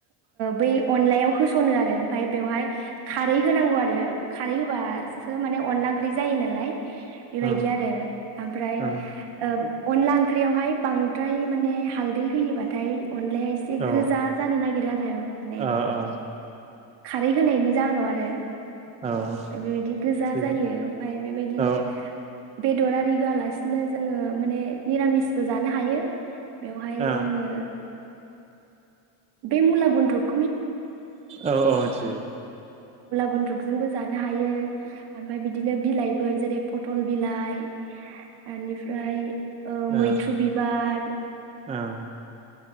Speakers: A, on the right; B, on the right.
A: बै अनलायाव होसनो आरो ओमफ्राय बेवहाय खारै होनांगौ आरो खारै होबासो माने अनला ओंख्रि ख्रि जायो नालाय बेबायदि
B: औ
A: आरो ओमफ्राय
B: औ औ
A: अनला ओंख्रियावहाय बांद्राय माने हालदै होयोबाथाय अनलाया एसे
B: औ
A: गोजा जानो नागिरो आरो माने
B: औ
A: खारै होनायनि जाहोनाव आरो
B: औ
A: बेबायदि गोजा
B: थिग
A: जायो ओमफ्राय बेबायदिनो
B: औ
A: बेदर आरि होआलासिनो जोङो माने निरामिसबो जानो हायो बेवहाय
B: औ
A: जोङो बे मुला गुन्द्रुप
B: औ औ मिथियो
A: गुन्द्रुकजोंबो जानो हायो ओमफ्राय बिदिनो बिलाइफोर जेरै फटल बिलाइ बेनिफ्राय
B: ओं
A: मैथ्रु बिबार
B: ओं